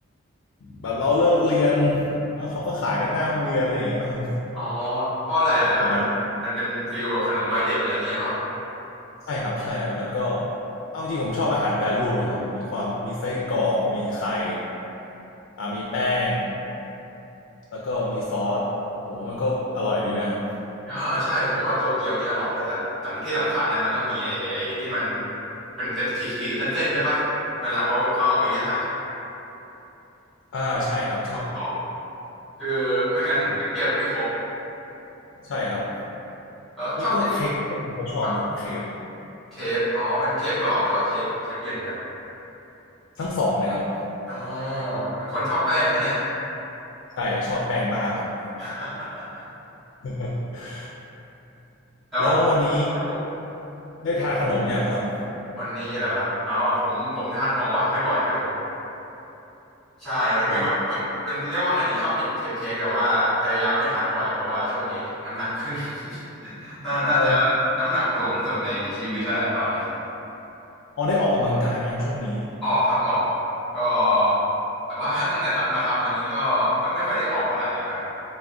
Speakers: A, on the left; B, in the centre.
A: แบบเราเลิกเรียนเนาะเขาก็ขายกันหน้าโรงเรียนอะไรอย่างงี้ป่ะครับ
B: อ๋อเพราะอะไรล่ะฮะแบบมันเป็นฟีลแบบขนมวัยเด็กอะไรอย่างเงี้ยเปล่า
A: อย่างนั้นใช่ครับใช่แล้วมันก็เอาจริงผมชอบอาหารแปรรูปอะครับมีความมีไส้กรอกมีไข่อ่ามีแป้งแล้วก็มีซอสผมว่ามันก็อร่อยดีนะครับ
B: เออเออใช่ผมว่าโตเกียวนี่อร่อยเลยแล้วสำที่สำคัญนะมันต้องมีไอ้ไอ้ที่มันเป็นเต็ดขีดขีดเส้นๆด้วยป่ะเวลาเขาเขาเอาไปย่างอ่ะ
A: อ่าใช่ครับใช่
B: กรอบๆคือไม่งั้นมันเท็กเจอร์มันไม่ครบ
A: ใช่ใช่ครับ
B: แล้วชอบกิน
A: แล้วก็เค้กผมก็ชอบนะครับเค้ก
B: ครับเคฟอ๋อเป็นเคฟกรอบหรือว่าเคฟเคฟเย็นครับ
A: ทั้งสองเลยครับ
B: อ๋อเป็นคนชอบแป้งนะเนี่ย
A: ใช่ชอบแป้งมากครับ
B: <laughs>
A: <laughs>
B: แล้ว
A: แล้ววันนี้
B: ครับผม
A: ได้ทานขนมยังครับ
B: วันนี้เหรอครับอ๋อผมผมทานของหวานไม่บ่อยครับผมใช่เป็นคนคนเป็นเรียกว่าไงดีชอบกินเคปเค้กแต่ว่าพยายามไม่ทานบ่อยเพราะว่าช่วงนี้น้ำหนักขึ้น
A: อ๋อ
B: <laughs> น่าน่าจะน้ำหนักสูงสุดในชีวิตแล้วแหละตอนนี้
A: อ๋ออ๋อได้ออกกำลังกายไหมครับช่วงนี้
B: ออกครับออกก็แต่ว่า <laughs> ตั้งแต่ทำมาทำอันนี้ก็ก็ไม่ค่อยได้ออกเท่าไหร่เลยครับ